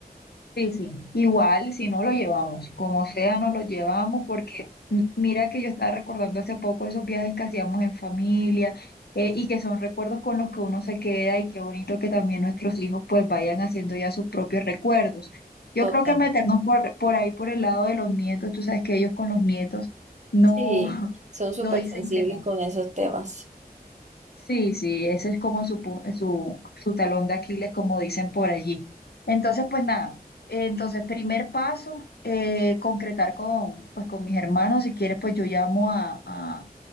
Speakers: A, on the left; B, on the right.
A: Sí, sí. Igual, si no lo llevamos, como sea, no lo llevamos porque mm, mira que yo estaba recordando hace poco esos viajes que hacíamos en familia eh, y que son recuerdos con los que uno se queda y qué bonito que también nuestros hijos pues vayan haciendo ya sus propios recuerdos. Yo
B: Total.
A: creo que meternos por, por ahí, por el lado de los nietos, tú sabes que ellos con los nietos no,
B: Sí,
A: <laughs>
B: son súper
A: no dicen
B: sensibles
A: que no.
B: con esos temas.
A: Sí, sí, ese es como su, pu- su, su talón de Aquiles, como dicen por allí. Entonces, pues nada, entonces primer paso, eh, concretar con, pues, con mis hermanos, si quieres, pues yo llamo a, a-